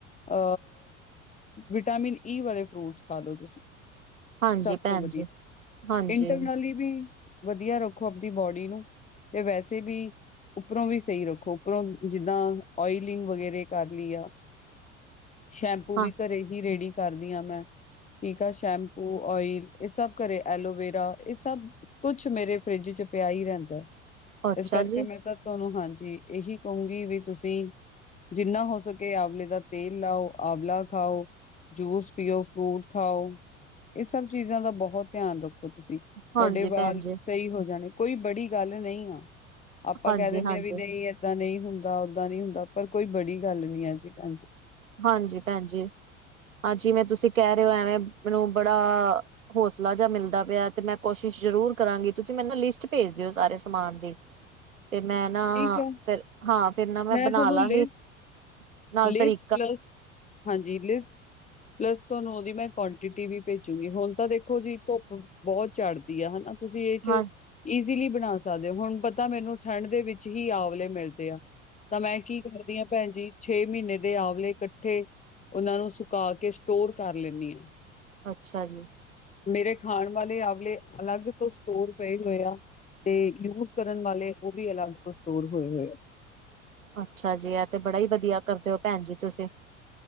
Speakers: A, on the left; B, on the right.
A: ਅ ਵਿਟਾਮਿਨ ਈ ਵਾਲੇ ਫਰੂਟਸ ਖਾ ਲਓ ਤੁਸੀਂ
B: ਹਾਂਜੀ
A: ਸਭ
B: ਭੈਣ
A: ਤੋਂ ਵਧੀਆ
B: ਜੀ ਹਾਂਜੀ
A: ਇੰਟਰਨਲੀ ਵੀ ਵਧੀਆ ਰੱਖੋ ਆਪਦੀ ਬੋਡੀ ਨੂੰ ਤੇ ਵੈਸੇ ਵੀ ਉੱਪਰੋਂ ਵੀ ਸਹੀ ਰੱਖੋ। ਉਪਰੋਂ ਜਿੱਦਾਂ ਓਇਲਿੰਗ ਵਗੈਰੇ ਕਰ ਲਈ ਆ। ਸ਼ੈਂਪੂ
B: ਹਾਂ
A: ਵੀ ਘਰੇ ਹੀ ਰੇਡੀ ਕਰਦੀ ਹਾਂ ਮੈਂ ਠੀਕ ਆ ਸ਼ੈਮਪੂ ਓਇਲ ਇਹ ਸਭ ਘਰੇ ਐਲੋਵੇਰਾ ਇਹ ਸਭ ਕੁਛ ਮੇਰੇ ਫਰਿੱਜ 'ਚ ਪਿਆ ਹੀ ਰਹਿੰਦਾ।
B: ਅੱਛਾ
A: ਇਸ ਕਰਕੇ
B: ਜੀ
A: ਮੈਂ ਤਾਂ ਤੁਹਾਨੂੰ ਹਾਂਜੀ ਇਹੀ ਕਹੂੰਗੀ ਵੀ ਤੁਸੀਂ ਜਿੰਨਾ ਹੋ ਸਕੇ ਆਵਲੇ ਦਾ ਤੇਲ ਲਾਓ ਆਵਲਾ ਖਾਓ। ਜੂਸ ਪੀਓ ਫਰੂਟ ਖਾਓ ਇਹ ਸਭ ਚੀਜ਼ਾਂ ਦਾ ਬਹੁਤ ਧਿਆਨ ਰੱਖ। ਖੋ ਤੁਸੀਂ ਤੁਹਾਡੇ
B: ਹਾਂਜੀ
A: ਵਾਲ
B: ਭੈਣ ਜੀ
A: ਸਹੀ ਹੋ ਜਾਣੇ ਕੋਈ ਬੜੀ ਗੱਲ ਨਹੀਂ ਆ। ਆਪਾਂ
B: ਹਾਂਜੀ
A: ਕਹਿ ਦਿੰਦੇ
B: ਹਾਂਜੀ
A: ਹਾਂ ਵੀ ਨਹੀਂ। ਏਦਾਂ ਨਹੀਂ ਹੁੰਦਾ ਓਦਾਂ ਨਹੀਂ ਹੁੰਦਾ ਪਰ ਕੋਈ ਬੜੀ ਗੱਲ ਨਹੀਂ ਹੈ ਜੀ ਅੱਜ ਕੱਲ 'ਚ
B: ਹਾਂਜੀ ਭੈਣ ਜੀ ਹਾਂ ਜਿਵੇਂ ਤੁਸੀਂ ਕਹਿ ਰਹੇ ਹੋ ਐਵੇਂ ਮੈਨੂੰ ਬੜਾ ਹੌਸਲਾ ਜਿਹਾ ਮਿਲਦਾ ਪਿਆ ਤੇ ਮੈਂ ਕੋਸ਼ਿਸ਼ ਜ਼ਰੂਰ ਕਰਾਂਗੀ ਤੁਸੀਂ ਮੈ ਨਾ ਲਿਸਟ ਭੇਜ ਦਿਓ ਸਾਰੇ ਸਮਾਨ ਦੀ ਤੇ ਮੈਂ ਨਾ
A: ਠੀਕ ਆ
B: ਫਿਰ ਹਾਂ ਫਿਰ ਨਾ ਮੈਂ ਬਣਾ
A: ਤੁਹਾਨੂੰ
B: ਲਾਂਗੀ
A: ਲਿਸਟ
B: ਨਾਲ
A: ਲਿਸਟ
B: ਤਰੀ
A: ਪਲੱਸ ਹਾਂਜੀ ਲਿਸਟ ਪਲੱਸ ਤੁਹਾਨੂੰ ਉਹਦੀ ਮੈਂ ਕੁਆਂਟਿਟੀ ਵੀ ਭੇਜੂਗੀ ਹੁਣ ਤਾਂ ਦੇਖੋ ਜੀ ਧੁੱਪ ਬਹੁਤ ਚੜ੍ਹਦੀ ਆ ਹਨਾ ਤੁਸੀਂ ਇਹ 'ਚ
B: ਹਾਂ
A: ਈਜ਼ੀਲੀ ਬਣਾ ਸਕਦੇ ਹੋ ਹੁਣ ਪਤਾ ਮੈਨੂੰ ਠੰਡ ਦੇ ਵਿੱਚ ਹੀ ਆਂਵਲੇ ਮਿਲਦੇ ਆ। ਤਾਂ ਮੈਂ ਕੀ ਕਰਦੀ ਹਾਂ ਭੈਣ ਜੀ। ਛੇ ਮਹੀਨੇ ਦੇ ਆਵਲੇ ਇਕੱਠੇ ਉਹਨਾਂ ਨੂੰ ਸੁਕਾ ਕੇ ਸਟੋਰ ਕਰ ਲੈਂਦੀ ਆਂ।
B: ਅੱਛਾ ਜੀ
A: ਮੇਰੇ ਖਾਣ ਵਾਲੇ ਆਵਲੇ ਅਲੱਗ ਤੋਂ ਸਟੋਰ ਪਏ ਹੋਏ ਆ। ਤੇ ਯੂਜ ਕਰਨ ਵਾਲੇ ਉਹ ਵੀ ਅਲੱਗ ਤੋਂ ਸਟੋਰ ਹੋਏ ਹੋਏ ਆ।
B: ਅੱਛਾ ਜੀ ਇਹ ਤੇ ਬੜਾ ਹੀ ਵਧੀਆ ਕਰਦੇ ਹੋ ਭੈਣ ਜੀ ਤੁਸੀਂ